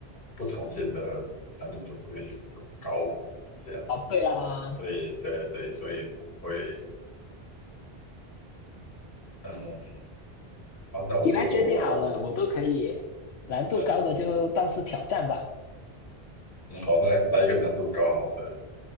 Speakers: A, on the left; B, on the left.
A: 不常见的难度就会比较高，这样子。
B: 哦，对啊，
A: 所以对对，所以我会嗯，好，那我就
B: 你来决定好了，我都可以。难度高的就当是挑战吧。
A: 嗯嗯，好，那来一个难度高好的，